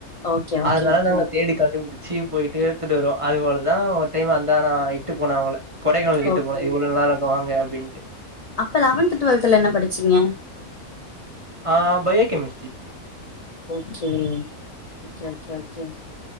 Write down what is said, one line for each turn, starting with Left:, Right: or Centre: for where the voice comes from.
Left: ஓகே ஓகே
Right: அதனால
Left: ஓகே
Right: நாங்க தேடி கண்டுபுடி ச்சி போயிட்டு எத்துட்டு வருவோ அது போலதா ஒரு டைம் அந்த நா இட்டு போன அவங்கள கொடைக்கானல்க்கு இட்டு
Left: ஓகே
Right: போன இது போல நல்லா இருக்கு வாங்க அப்டின்ட்டு
Left: அப்ப லெவன்து டுவல்துல என்ன படிச்சீங்க
Right: ஆ் biochemistry
Left: okay okay okay okay